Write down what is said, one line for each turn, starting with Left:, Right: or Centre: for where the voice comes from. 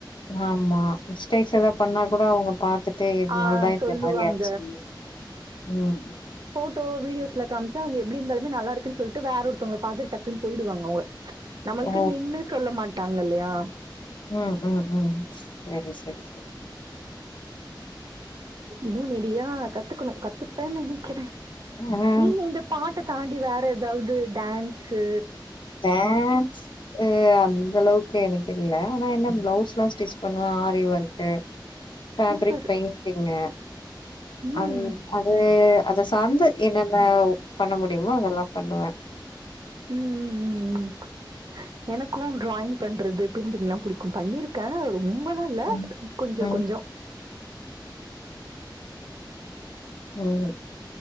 Left: ஆமா மிஸ்டேக்ஸ் எதா பண்ணா கூட அவங்க பாத்துட் டு இதனால
Right: ஆ
Left: தா இந்த
Right: சொல்லுவாங்க
Left: மாரி ஆச்சு ம் ம்
Right: டோ வீடியோஸ்ல காமுச்சா அவுங்க எப்டி இருந்தாலுமே நல்லா இருக்குன் சொல்ட்டு வேற ஒருத்தவங்கள பாத்துட் டக்குன் போயிடுவங்கோ அவுங்க நம்மளுக்கு
Left: ஓ
Right: நின்னு சொல்ல மாட் டாங்க இல்லையா
Left: ம் ம் ம் சேரி சேரி சேரி
Right: இன்னு நெடியா கத்துக்கணு கத்துப்பேன் நெனைக்கிற
Left: ஆ
Right: நீங்க இந்த பாட்ட தாண்டி வேர் எதாவது டேன்ஸு
Left: த்த ஆ அத் அந்த அளவுக்கு எனக்கு இல்ல ஆனா என்ன பிளவுஸ் எல்லா ஸ்டிச் பண்ணுவ aari work fabric
Right: super
Left: painting
Right: ம்
Left: அந் அது அத சார்ந்த என்னென்ன பண்ண முடியுமோ அதெல்லா பண்ணுவே
Right: உம் உம் உம் உம் எனக்கும் டிராயிங் பண்றது பெய்ண்டிங்லா பிடிக்கு பண்ணியிருக்கே ரொம்பல்லா இல்ல
Left: ம்
Right: கொஞ்சோ
Left: ம்
Right: கொஞ்சோ
Left: உம்